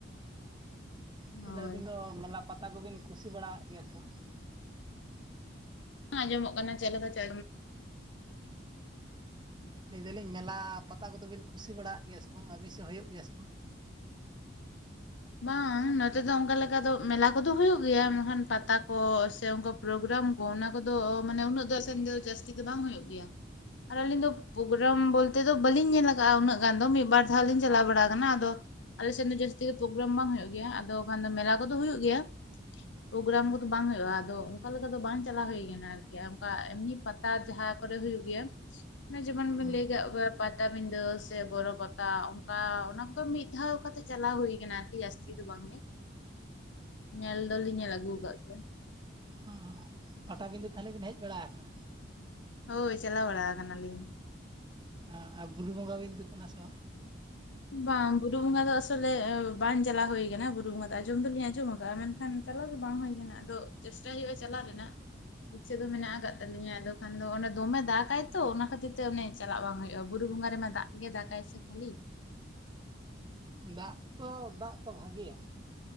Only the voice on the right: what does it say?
ᱛᱟᱞᱦᱮ
ᱟᱹᱵᱤᱱ ᱫᱚ ᱢᱮᱞᱟ ᱯᱟᱛᱟ ᱠᱚᱵᱤᱱ ᱠᱩᱥᱤ ᱵᱟᱲᱟᱣᱟᱜ ᱜᱮᱭᱟ ᱥᱮ ᱵᱟᱝ
ᱞᱟᱹᱭ ᱫᱟᱞᱤᱧ ᱢᱮᱞᱟ ᱯᱟᱛᱟ ᱠᱚᱫᱚᱵᱤᱱ ᱠᱩᱥᱤ ᱵᱟᱲᱟᱜ ᱜᱮᱭᱟ ᱥᱮ ᱵᱟᱝ ᱟᱹᱵᱤᱱ ᱥᱮᱫ ᱦᱩᱭᱩᱜ ᱜᱮᱭᱟ ᱥᱮ ᱵᱟᱝ
ᱦᱮᱸ
ᱚ, ᱯᱟᱴᱟᱵᱤᱸᱫᱷᱟᱹ ᱛᱟᱦᱞᱮ ᱵᱮᱱ ᱦᱮᱡ ᱵᱟᱲᱟ ᱠᱟᱱᱟ
ᱟ ᱟᱨ ᱵᱩᱨᱩ ᱵᱚᱸᱜᱟ ᱵᱤᱱ ᱫᱩᱠᱟᱱᱟ ᱥᱮ ᱵᱟᱝ
ᱫᱟᱜ ᱛᱚ ᱫᱟᱜ ᱛᱚ ᱵᱷᱟᱜᱮᱭᱟ